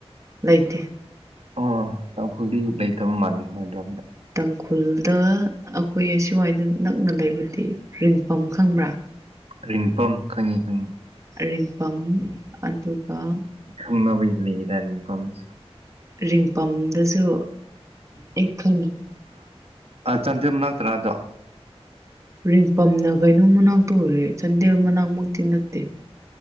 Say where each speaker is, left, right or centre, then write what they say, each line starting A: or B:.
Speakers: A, on the right (about 30°); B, on the right (about 65°).
A: ꯂꯩꯇ
B: ꯑꯣ ꯇꯥꯡꯈꯨꯜꯗꯤ ꯂꯩꯇꯕ ꯃꯥꯜꯂꯦ ꯍꯣꯏꯗ꯭ꯔꯣ ꯑꯝꯗ
A: ꯇꯥꯡꯈꯨꯜꯗ ꯑꯩꯈꯣꯏ ꯑ ꯁꯤꯋꯥꯏꯗ ꯅꯛꯅ ꯂꯩꯕꯗꯤ ꯔꯤꯡꯄꯝ ꯈꯪꯕ꯭ꯔꯥ
B: ꯔꯤꯡꯄꯝ ꯈꯪꯉꯤ ꯈꯪꯉꯤ
A: ꯔꯤꯝꯄꯝ ꯑꯗꯨꯒ
B: ꯈꯪꯅꯕꯒꯤ ꯂꯩꯌꯦ ꯥꯔꯤꯐꯝꯝꯁ
A: ꯔꯤꯡꯄꯝꯗꯁꯨ ꯑꯩ ꯈꯪꯅꯩ
B: ꯆꯥꯟꯖꯝ ꯅꯛꯇ꯭ꯔ ꯑꯗꯣ
A: ꯔꯤꯡꯄꯝꯅ ꯀꯩꯅꯣꯝ ꯃꯅꯥꯛꯇ ꯎꯔꯦ ꯆꯟꯗꯦꯜ ꯃꯅꯥꯛꯃꯛꯇꯤ ꯅꯠꯇꯦ